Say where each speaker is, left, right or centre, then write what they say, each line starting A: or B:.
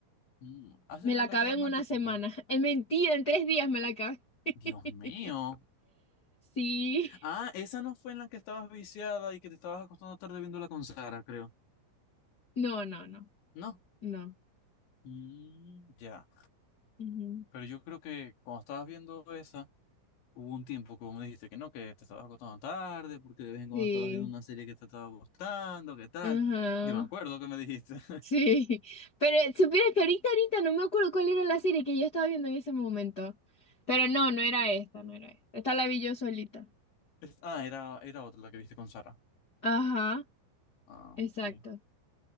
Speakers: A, on the left; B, on the left.
A: Mm, hace
B: Me
A: relativamente
B: la acabé en una semana.
A: poco.
B: <laughs> Es mentira, en tres días me la acabé. <laughs>
A: Dios mío.
B: Sí.
A: Ah, esa no fue en la que estabas viciada y que te estabas acostando tarde viéndola con Sara, creo.
B: No, no, no.
A: No.
B: No.
A: Mm, ya.
B: Ujú.
A: Pero yo creo que cuando estabas viendo esa, hubo un tiempo que vos me dijiste que no, que te estabas acostando tarde, porque de vez en cuando
B: Sí.
A: estabas viendo una serie que te estaba gustando, qué tal.
B: Ajá.
A: Yo me acuerdo que me dijiste. <laughs>
B: Sí, pero supieras que ahorita, ahorita no me acuerdo cuál era la serie que yo estaba viendo en ese momento. Pero no, no era esta, no era esta. Esta la vi yo solita.
A: Es- Ah, era, era otra la que viste con Sara.
B: Ajá,
A: Ah,
B: exacto.
A: ok.